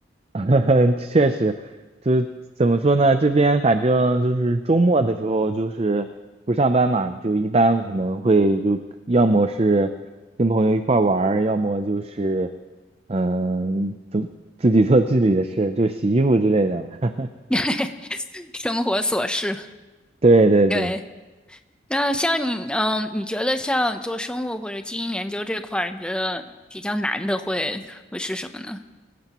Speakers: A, on the right; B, in the centre.
A: <laughs> 确实，就是怎么说呢？这边反正就是周末的时候，就是不上班嘛，就一般可能会就要么是跟朋友一块儿玩儿，要么就是嗯，就自己做自己的事，就洗衣服之类的。<laughs>
B: <laughs> 生活琐事。
A: 对对对，
B: 对，那像你，嗯，你觉得像做生物或者基因研究这块儿，你觉得比较难的会会是什么呢？